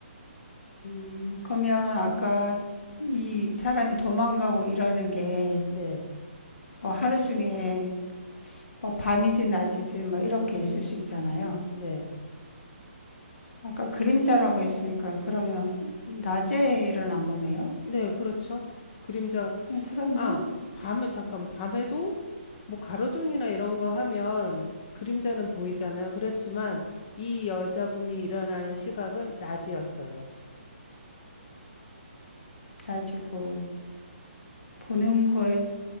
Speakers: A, on the left; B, on the left.
A: 음, 그러면 아까 이 사람이 도망가고 이러는 게
B: 네.
A: 뭐 하루 중에 뭐 밤이든 낮이든 뭐 이렇게 있을 수 있잖아요.
B: 네.
A: 아까 그림자라고 했으니까 그러면 낮에 일어난 거네요.
B: 네, 그렇죠. 그림자
A: 음, 그러네.
B: 아, 밤에 잠깐 밤에도 뭐 가로등이나 이런 거 하면 그림자는 보이잖아요. 그렇지만 이 여자분이 일어나는 시각은 낮이었어요.
A: 낮이고 보는 거에